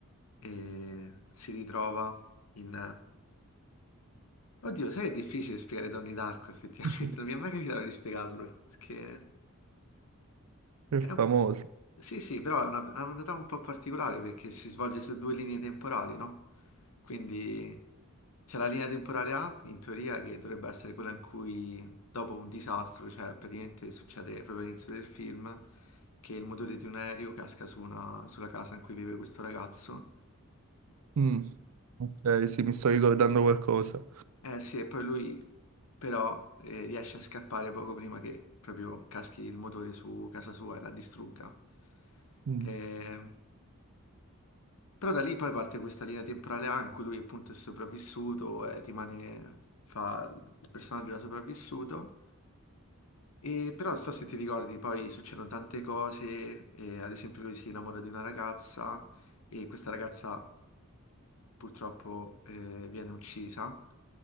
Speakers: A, on the left (about 75°); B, on the right (about 80°).
A: eh, si ritrova in, Oddio, sai, che è difficile spiegare Donnie Darko, effettivamente.
B: <laughs>
A: <laughs> Non mi è mai capitato di spiegarlo, perché...
B: È
A: è un-
B: famoso.
A: Sì, sì, però è una, ha una trama un po' particolare, perché si svolge su due linee temporali, no? Quindi c'è la linea temporale A, in teoria, che dovrebbe essere quella in cui, dopo un disastro, cioè praticamente succede proprio all'inizio del film, che il motore di un aereo casca su una- sulla casa in cui vive questo ragazzo,
B: Mm. Ok, sì, mi sto ricordando qualcosa.
A: Eh sì, e poi lui però eh, riesce a scappare poco prima che proprio caschi il motore su casa sua e la distrugga.
B: Mm.
A: Eh, però da lì poi parte questa linea temporale A in cui lui appunto è sopravvissuto e rimane, fa il personaggio da sopravvissuto. E però non so se ti ricordi, poi succedono tante cose, eh, ad esempio lui si innamora di una ragazza e questa ragazza purtroppo eh, viene uccisa